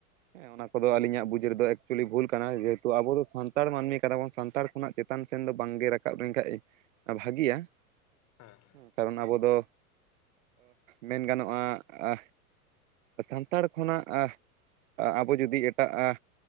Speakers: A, on the right (about 55°); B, on the left (about 35°).
A: ᱦᱮᱸ ᱚᱱᱟ ᱠᱚᱫᱚ
B: ᱦᱳᱭ
A: ᱟᱹᱞᱤᱧᱟᱜ
B: ᱦᱮᱸ
A: ᱵᱩᱡᱽ ᱨᱮᱫᱚ ᱪᱩᱞᱤ ᱵᱷᱩᱞ ᱠᱟᱱᱟ, ᱡᱮᱦᱮᱛᱩ ᱟᱵᱚ ᱫᱚ ᱥᱟᱱᱛᱟᱲ ᱢᱟᱹᱱᱢᱤ ᱠᱟᱱᱟ ᱵᱚᱱ ᱥᱟᱱᱛᱟᱲ ᱠᱷᱚᱱᱟᱜ ᱪᱮᱛᱟᱱ ᱥᱮᱱ ᱫᱚ ᱵᱟᱝᱜᱮ ᱨᱟᱠᱟᱵ ᱞᱮᱱᱠᱷᱟᱡ ᱵᱷᱟᱹᱜᱤᱭᱟ᱾
B: ᱦᱟᱸ ᱦᱟᱸ᱾
A: ᱠᱟᱨᱚᱱ ᱟᱵᱚ ᱫᱚ ᱢᱮᱱ ᱜᱟᱱᱚᱜᱼᱟ, ᱟ ᱥᱟᱱᱛᱟᱲ ᱠᱷᱚᱱᱟᱜ ᱟ ᱟᱵᱚ ᱡᱩᱫᱤ ᱮᱴᱟᱜᱼᱟ